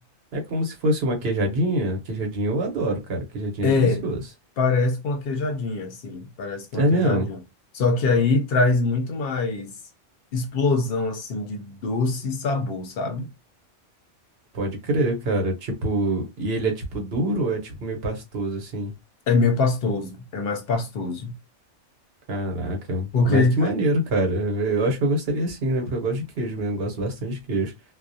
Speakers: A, on the right; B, on the left.
A: É como se fosse uma queijadinha. Queijadinha eu adoro, cara. Queijadinha
B: É,
A: é delicioso.
B: parece com a queijadinha, sim, parece com a
A: É
B: queijadinha.
A: mesmo?
B: Só que aí traz muito mais explosão, assim, de doce e sabor, sabe?
A: Pode crer, cara. Tipo, e ele é tipo duro ou é tipo meio pastoso assim?
B: É meio pastoso, é mais pastoso.
A: Caraca,
B: Porque,
A: mas que maneiro, cara. Eu acho que eu gostaria sim, né? Porque eu gosto de queijo mesmo, eu gosto bastante de queijo.